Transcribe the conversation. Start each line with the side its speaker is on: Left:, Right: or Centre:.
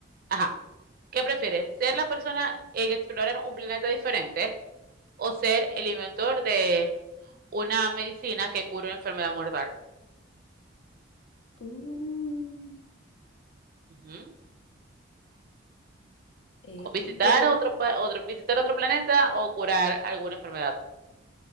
Right: Ajá, ¿qué prefieres? ¿Ser la persona en explorar un planeta diferente o ser el inventor de una medicina que cura una enfermedad mortal?
Left: Mm,
Right: Ujú.
Left: eh,
Right: O visitar
Left: bu-
Right: otro, pa- otro, visitar otro planeta o curar alguna enfermedad.